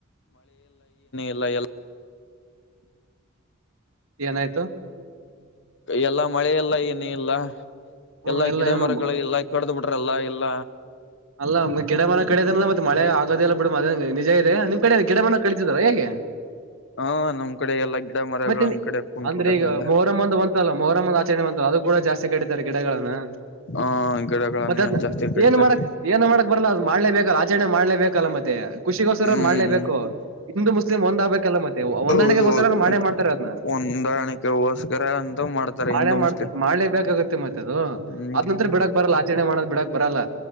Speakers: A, on the left; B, on the right.
A: ಎಲ್ಲ ಎಲ್ಲ
B: ಏನಾಯ್ತು
A: ಎಲ್ಲಾ ಮಳೆಲ್ಲಾ ಏನ ಇಲ್ಲ
B: ಹ್ಮ್
A: ಎಲ್ಲಾ
B: ಎಲ್ಲ
A: ಗಿಡ
B: ಏನು
A: ಮರಗಳ ಇಲ್ಲ ಕಡ್ದು ಬಿ ಲ್ಲ ಎಲ್ಲ
B: ಅಲ್ಲಮ್ ಗಿಡ ಮರ ಕಡ ಅದ ಅ್ರ ಮತ್ತ ಮಳೆ ಆಗದಿಲ್ಲಲ್ಲ ಬಿ ಮ ನಿಜ ಇ ನಿಮ್ ಕಡೆ ಗಿಡ ಬಣ್ಣ ಕಳಿಸದಾರ ಹೇಗೆ
A: ಹ ನಮ್ ಕಡೆ ಎಲ್ಲಾ ಗಿಡ ಮರಗಳು
B: ಮತ್ತೆ
A: ಒಂದ್ ಕಡೆ ಕುಂದ್ಬಿಟಾರಲ್ಲ
B: ಅಂದ್ರೆ ಈಗ ಮೊಹರಮ್ ಒಂದು ಬಂತಲ್ಲ ಮೊಹರಮ್ಮ ಒಂದ ಆಚರಣೆ ಬಂತ ಅದು ಕೂಡ ಜಾಸ್ತಿ ಕಡಿತಾರೆ ಗಿಡಗಳನ್ನು
A: ಹ ಗಿಡಗಳನ್ನ
B: ಮತ್ತದ
A: ಜಾಸ್ತಿ ಕಡಿತಾರೆ
B: ಏನ್ ಮಾಡ ಏನ್ ಮಾಡ ಬರಲ್ಲ ಅದು ಮಾಡ್ಲೇಬೇಕಲ್ಲ ಆಚರಣೆ ಮಾಡ್ೇಬೇಕ ಅಲ್ಲ ಮತ್ತೆ ಖುಷಿಗೋಸ್ಕರ
A: ಹ್ಮ್
B: ಮಾಡ್ಲೇಬೇಕು ಹಿಂದ ಮುಸ್ಲಿಮ ಒಂದ್ ಆಗ್ಬೇಕಲ್ಲ ಮತ್ತೆ ಒಂದಣಗಗೋಸ್ಕರ್ರ
A: ಹೌದೌದು
B: ಮಾಡೇ ಮಾಡ್ತಾರೆ ಅದ್ನ್ನ
A: ಹೊಂದಾಣಿಕೆಗೋಸ್ಕರ ಅಂತ ಮಾಡ್ತಾರೆ
B: ಮಳೆ
A: ಹಿಂದೂ
B: ಮಾಡ್ತಾರೆ
A: ಮುಸ್ಲಿಂ
B: ಮಾಡಳೆ ಬೇಕಾಗುತ್ತೆ ಮತ್ತೆ ಅದು
A: ಹ್ಮ್
B: ಆದದ್ ನಂತತ್ರ ಬಿಡಕ್ ಬರಲ್ಲ ಆಚರಣೆ ಮಾಡ ಬಿಡಕ್ ಬರಲ್ಲ